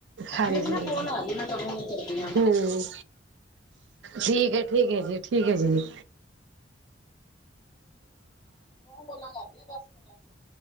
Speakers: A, on the right; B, on the left.
A: ਹਾਂਜੀ-ਹਾਂਜੀ,
B: ਮੇਰੀ ਨਾ ਕੋਲ ਆ ਰਹੀ ਮੈਂ ਤੁਹਾਨੂੰ ਹੁਣੇ ਕਰਦੀ ਹਾਂ
A: ਹੂੰ। ਠੀਕ ਐ-ਠੀਕ ਐ ਜੀ-ਠੀਕ ਐ ਜੀ।
B: ਦੋ ਬੋਲਾਂ ਕਰਨੀਆਂ ਦਸ ਪਿੰਡਾਂ ਚੋ